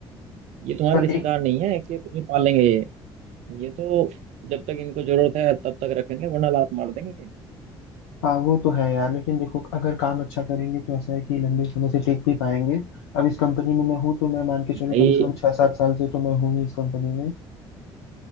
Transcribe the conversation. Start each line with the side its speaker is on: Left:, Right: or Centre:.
Right: ये तुम्हारे
Left: पर
Right: रिश्तेदार
Left: एक
Right: नहीं है कि तुम्हें पालेंगे ये ये तो जब तक इनको जरूरत है तब तक रखेंगे वरना लात मार देंगे
Left: हाँ वो तो है यार लेकिन देखो अगर काम अच्छा करेंगे तो ऐसा है कि लंबे समय से टिक भी पाएंगे अब इस कंपनी में मैं हूँ तो मैं मान के चलो
Right: भाई
Left: कम से कम छह सात साल से तो मैं हूँ ही इस कंपनी में